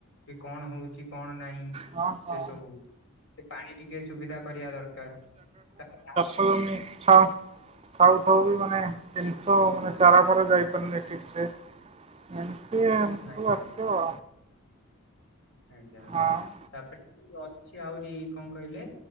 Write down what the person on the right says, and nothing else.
ହଁ ହଁ
ଓ ମିଛ। ଥାଉ ଥାଉ ବି ମାନେ ଜିନିଷ ମାନେ ଚାରା ଫାରା ଯାଇପାରୁନି ଠିକ ସେ। ଏମ୍ ସି ଏମତି
ସବୁ ଆସିବ।
ଆଉ।